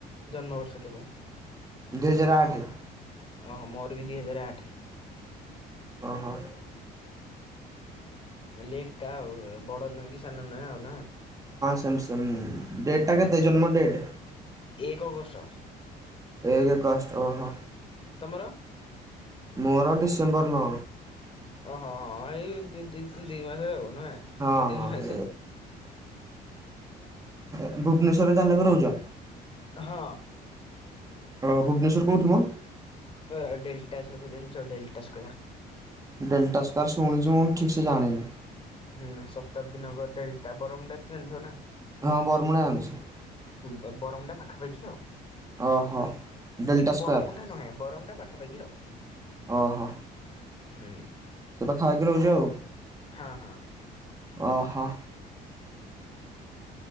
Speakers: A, on the left; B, on the right.
A: ଜନ୍ମବର୍ଷ କେବେ?
B: ଦୁଇ ହଜାର ଆଠ।
A: ଅ ମୋର ବି ଦୁଇ ହଜାର ଆଠ।
B: ଓ ହୋ।
A: ତାହେଲେ ଏକା ଆଉ ବଡ ନୁହେଁ କି ସାନ ନୁହେଁ ଆଉ ନା?
B: ସାମସଙ୍ଗ ଡେଟ୍ ଟା କେତେ ଜନ୍ମ ଡେଟ୍?
A: ଏକ ଅଗଷ୍ଟ।
B: ଏକ ଅଗଷ୍ଟ ଓହୋ।
A: ତମର?
B: ମୋର ଡିସେମ୍ବର ନଅ।
A: ଓହୋ ହଁ ଏଇ ଦ ଦ ଦିଇ ମାସରେ ହବ ନହେ
B: ହଁ
A: ଦିଇ ତିନି
B: ହଁ
A: ମାସେ।
B: ଭୁବନେଶ୍ୱରରେ ତାହେଲେ ବି ରହୁଛ
A: ହଁ
B: ହଁ ଭୁବନେଶ୍ୱର କେଉଁଠି ମ?
A: ଅ ଡେଲଟା ସବୁ ଜାଣିଛ ଡଲଟା ସ୍କୋୟାର?
B: ଡେଲ୍ଟା ସ୍କୋୟାର୍ ଶୁଣିଛି ମୁଁ ଠିକ ସେ ଜାଣିନି।
A: ହୁଁ ଶତାବ୍ଦୀ ନଗର ଡେଲଟା ବରମୁଣ୍ଡା ତ ଜଣିିଥିବ ନା?
B: ହଁ ବରମୁଣ୍ଡା ଜାଣିଛି।
A: ବ-ବରମୁଣ୍ଡା ଟା ପାଖାପାଖି ଆଉ
B: ଓହୋ। ଡେଲ୍ଟା
A: କିନ୍ତୁ
B: ସ୍କୋୟାର
A: ବରମୁଣ୍ଡା ନୁହେଁ ବରମୁଣ୍ଡା ପା ଖା ପାଖି ଆଉ।
B: ଓହୋ।
A: ହୁଁ।
B: ସେଟା ଖାଇକି ରହୁଛ ଆଉ।
A: ହଁ ହଁ।
B: ଓହୋ।